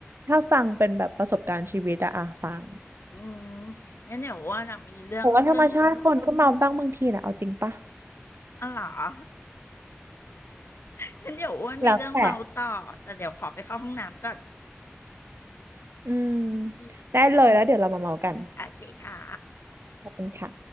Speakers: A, on the right; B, on the left.
A: ถ้าฟังเป็นแบบประสบการณ์ชีวิตอะอะฟัง
B: อืม งั้นเดี๋ยวอ้วนอะมีเรื่องเรื่อง
A: แต่ว่าธรรมชาติคนก็เมาบ้างบางทีนะเอาจริงปะ
B: อะไรเหรอ <laughs> งั้นเดี๋ยวอ้วนมีเรื่องเมาต่อ
A: แล้วแต่
B: แต่เดี๋ยวขอไปเข้าห้องน้ำก่อน
A: อืม
B: อืม
A: ได้เลยแล้วเดี๋ยวเรามาเมากัน
B: โอเคค่ะ
A: ขอบคุณค่ะ